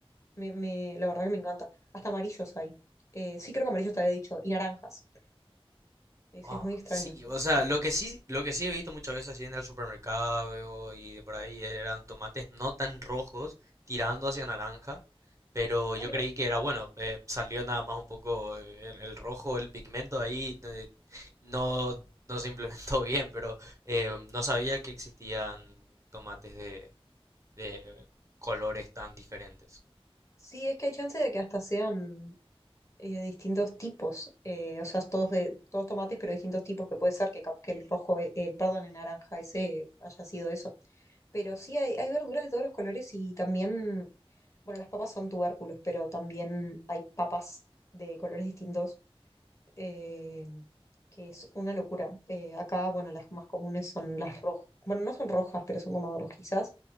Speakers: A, on the left (about 30°); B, on the right (about 30°).
A: Me, me- la verdad que me encanta. Hasta amarillos hay. Eh, sí, creo que amarillos te había dicho. Y naranjas. Es,
B: Ah,
A: es muy extraño.
B: sí, o sea, lo que sí, lo que sí he visto muchas veces así en el supermercado y de por ahí eran tomates no tan rojos, tirando hacia naranja, pero
A: Ah,
B: yo
A: mira.
B: creí que era bueno, eh, salió nada más un poco eh, el, el rojo, el pigmento ahí eh, no, no se implementó <laughs> bien, pero eh, no sabía que existían tomates de, de colores tan diferentes.
A: Sí, es que hay chance de que hasta sean eh, distintos tipos. Eh, o sea, todos, de, todos tomates, pero distintos tipos que puede ser que capaz que el rojo, e- el, perdón, el naranja ese haya sido eso. Pero sí, hay, hay verduras de todos los colores y también, bueno, las papas son tubérculos, pero también hay papas de colores distintos eh, que es una locura. Eh, acá, bueno, las más comunes son las rojas, bueno, no son rojas, pero son como rojizas